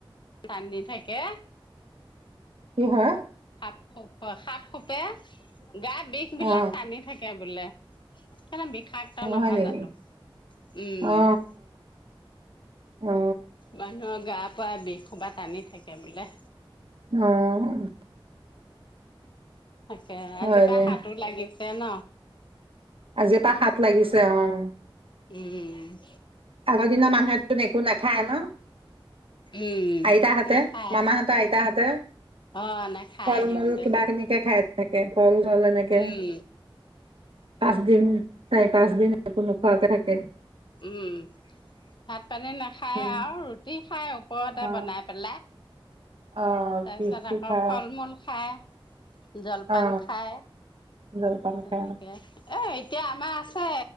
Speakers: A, on the left; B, on the right.
A: <unintelligible> থাকে।
B: কি হয়?
A: সাপ সাপ খোটে গা বিষ বিলাক
B: অ
A: টানি থাকে বোলে। সেই কাৰণে বিষাইছেও নহয়
B: হয় নেকি
A: জানোঁ। উম!
B: অ অ অ অ
A: মানুহৰ গা পৰা বিষ সোপা টানি থাকে বোলে।
B: উম!
A: তাকে,
B: হয়
A: আজিপা
B: দে
A: সাতো লাগিছে ন!
B: আজিৰ পৰা সাত লাগিছে, অ'!
A: উম!
B: আগৰ দিনৰ মানুহেতো একো নাখায়ে ন?
A: উম।
B: আইতা হতে,
A: নাখায়
B: মামা হতৰ আইতা হতে।
A: অ' নাখায়
B: ফল
A: সিহঁতে
B: মূল কিবাখিনিকে খাই থাকে, ফল ছল এনেকে,
A: উম।
B: পাঁচ দিন, চাৰি পাঁচ দিন একো নোখোৱাকে থাকে।
A: উম ভাত পানী নাখায়
B: উম
A: আৰু, ৰুটি খাই ওপৰতে
B: অ
A: বনাই পেলাই।
B: অ
A: তাৰপিছত
B: পিচি
A: আকৌ,
B: খা
A: ফল মূল খায়। জলপান
B: অ
A: খায়।
B: জলপান
A: তেনেকে
B: খা
A: এ, এতিয়া আমাৰ আছে,